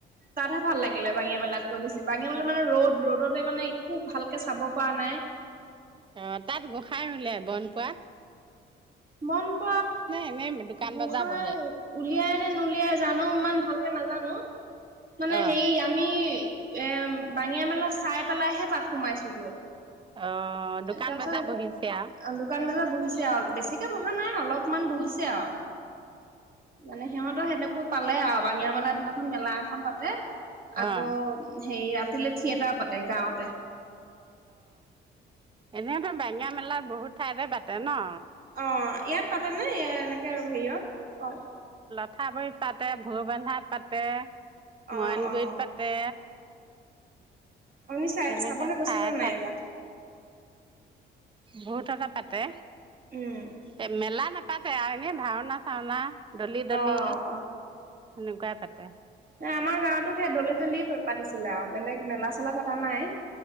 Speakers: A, on the right (about 45°); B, on the right (about 25°).
A: তাতহে ভাল লাগিলে বাঙীয়া মেলাতকৈ বেছি বাঙীয়া মেলা মানে ৰ'দ ৰ'দতে মানে খুব ভালকে চাব পোৱা নাই
B: অ তাত গোঁসাই লে বনপোৱাত
A: মন প
B: এনে দোকান
A: গোসাই
B: বজাৰ বহে?
A: উলিয়াই নলিয়াই জানো ইমান ভালকে নাজানো মানে
B: অহ
A: হে আমি এ বাঙিয়া মেলা চাই পেলাইহে তাত সোমাইছোগৈ
B: অহ দোকান
A: তাৰপিছত
B: বজাৰ বহিছে আৰু
A: দোকান বজাৰ বহিছে আৰু বেছিকে বহা নাই অলপমান বহিছে আৰু মানে সিহঁতৰ সেনেকা পালে আৰু বাঙিয়া মেলা দিনাখন মেলা এখন পাতে আকৌ
B: অহ
A: হেৰি ৰাতিলৈ থিয়েটাৰ পাতে এ গাঁৱতে
B: সনেহঁৰ বােঙিয় মেলাত বহুত ঠাইতে পাতে ন
A: অ ইয়াত পাতে ন এনেকে হেৰিত অ
B: কঠাপুৰিত পাতে ভোৰ বন্ধাত পাতে
A: অ'
B: ময়নগুৰিত
A: অ'
B: পাতে
A: আপুনি চাই
B: তেনেকে
A: চাবলৈ গৈছিলে
B: ঠায়ে
A: নাইব
B: বহুতটা পাতে
A: উম।
B: এ মেলা নে পাতে আৰু এনে ভাওনা চাওনা ডলি ডালি
A: অ'
B: এনেকুৱা তাতে
A: ন আমাৰ গাঁৱতো সেই দলেি জলিয় পাতিছিলে আৰু বেলেগ মেলা <unintelligible> পতা নাই,